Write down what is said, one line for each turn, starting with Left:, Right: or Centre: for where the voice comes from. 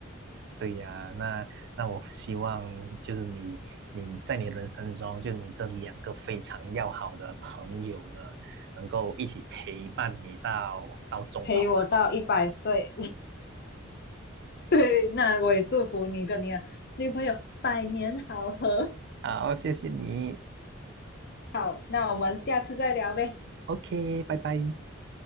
Right: 对呀，那那我希望就是你你在你人生中，就你这两个非常要好的朋友呢，能够一起陪伴你到到终老吧。
Left: 陪我到一百岁，<laughs> 对，那我也祝福你跟你的女朋友百年好合。
Right: 好，谢谢你
Left: <laughs> 好，那我们下次再聊呗，
Right: ，OK，拜拜。